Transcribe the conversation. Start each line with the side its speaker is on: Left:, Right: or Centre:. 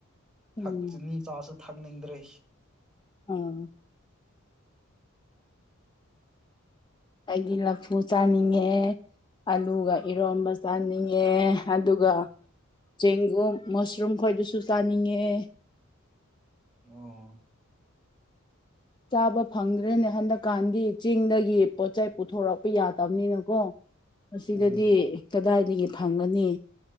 Centre: ꯊꯛ
Left: ꯎꯝ
Centre: ꯆꯤꯅꯤ ꯆꯥꯁꯨ ꯊꯛꯅꯤꯡꯗ꯭ꯔꯦ
Left: ꯎꯝ ꯑꯩꯗꯤ ꯂꯐꯨ ꯆꯥꯅꯤꯡꯉꯛꯑꯦ ꯑꯂꯨꯒ ꯏꯔꯣꯝꯕ ꯆꯥꯅꯤꯡꯉꯦ ꯑꯗꯨꯒ ꯆꯦꯡꯒꯨꯝ ꯃꯁꯔꯨꯝ ꯈꯣꯏꯗꯨꯁꯨ ꯆꯥꯅꯤꯡꯉꯛꯑꯦ
Centre: ꯑꯣ
Left: ꯆꯥꯕ ꯐꯪꯗ꯭ꯔꯦꯅꯦ ꯍꯟꯗꯛꯀꯥꯟꯗꯤ ꯆꯤꯡꯗꯒꯤ ꯄꯣꯠꯆꯦꯞ ꯄꯨꯊꯣꯔꯛꯄ ꯌꯥꯗꯕꯅꯤꯅꯀꯣ ꯑꯁꯤꯗꯗꯤ
Centre: ꯎꯝ
Left: ꯀꯗꯥꯏ ꯗꯤꯒꯤ ꯐꯪꯒꯅꯤ